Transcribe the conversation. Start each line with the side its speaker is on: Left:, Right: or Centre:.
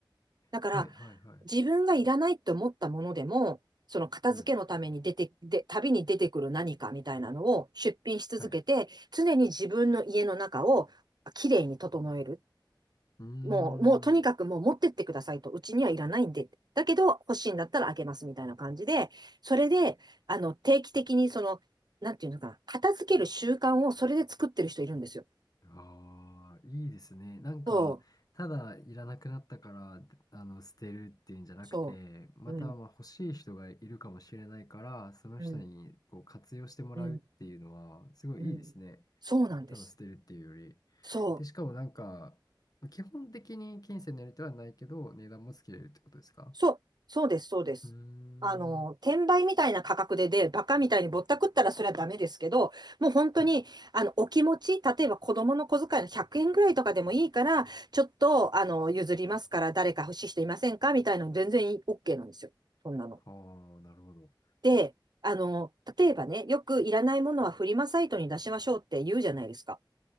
Right: だから、
Left: はい、はい、はい。
Right: 自分がいらないって思ったものでも、その片付けのために出て、
Left: うん。
Right: で、旅に出てくる何かみたいなのを出品し続けて、
Left: はい。
Right: 常に自分の家の中をきれいに整える。
Left: うーん。
Right: もう、もうとにかくもう持ってってくださいと、うちにはいらないんで、だけど欲しいんだったらあげますみたいな感じで、それで、あの、定期的にその、なんていうのかな、片付ける習慣をそれで作ってる人いるんですよ。
Left: ああ、いいですね。なんか、
Right: そう、
Left: ただいらなくなったから、あの、捨てるっていうんじゃなくて、
Right: そう。
Left: また、
Right: うん、
Left: まあ、欲しい人がいるかもしれないから、その人に、
Right: うん、
Left: こう、活用してもらうっていうのは、
Right: うん、
Left: すごいいいですね。
Right: うん。そうなんです。
Left: ただ捨てるっていうより。
Right: そう。
Left: で、しかもなんか、基本的に金銭のやり取りはないけど、値段もつけれるってことですか
Right: そう、そうです、そうです。
Left: うーん。
Right: あの、転売みたいな価格でで、バカみたいにぼったくったらそれはダメですけど、もう本当に、
Left: はい。
Right: あの、お気持ち、例えば子供の小遣いの100円ぐらいとかでもいいから、ちょっと、あの、譲りますから、誰か欲しい人いませんかみたいなの全然い OK なんですよ。そんなの。
Left: はあ、なるほど。
Right: で、あの、例えばね、よくいらないものはフリマサイトに出しましょうって言うじゃないですか。